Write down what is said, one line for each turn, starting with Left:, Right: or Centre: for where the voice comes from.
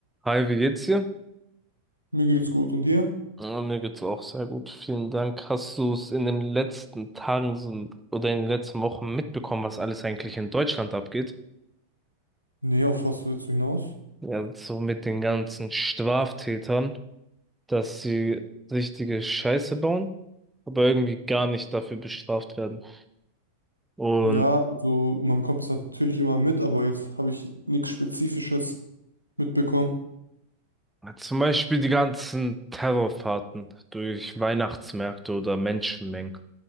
Centre: Hi, wie geht's dir?
Left: Mir geht's gut. Und dir?
Centre: Ja, mir geht's auch sehr gut. Vielen Dank. Hast du es in den letzten Tagen so- oder in den letzten Wochen mitbekommen, was alles eigentlich in Deutschland abgeht?
Left: Nee, auf was willst du hinaus?
Centre: Ja, so mit den ganzen Straftätern, dass sie richtige Scheiße bauen, aber irgendwie gar nicht dafür bestraft werden. Und
Left: Ja, also man bekommt es natürlich immer mit, aber jetzt habe ich nichts Spezifisches mitbekommen.
Centre: zum Beispiel die ganzen Terrorfahrten durch Weihnachtsmärkte oder Menschenmengen.